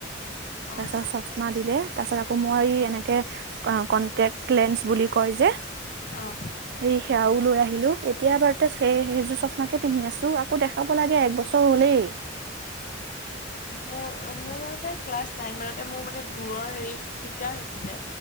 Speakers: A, on the left; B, on the right.
A: অ',
B: তাৰপিছত চছমা দিলে তাৰ পাছত আকৌ মই এনেকে কনটেক্ট লেঞ্চ বুলি কয় যে
A: অ
B: এই সেয়াও লৈ আহিলো এতিয়া বাৰু তে সেইজোৰ চচমাকে পিন্ধি আছো আকৌ দেখা খাব লাগে একবছৰ হ'লেই
A: মোৰ মোৰ মানতে ক্লাছ নাইন মানতে মোৰ মানে দূৰৰ হেৰি দিগদাৰ হৈছিলে